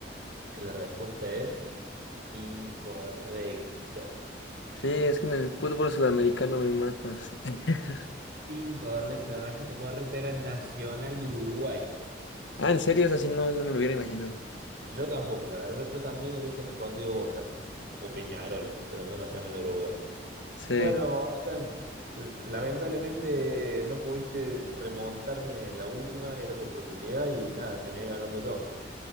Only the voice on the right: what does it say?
que la respuesta es incorrecta.
Incorrecta. La respuesta correcta era Nacional de Uruguay.
Yo tampoco, la verdad. Yo, yo también hubiese respondido Boca o Peñarol, pero no Nacional de Uruguay.
Bueno, Ethan, l- lamentablemente no pudiste remontarme en la última. Era tu oportunidad y nada, terminé ganando yo.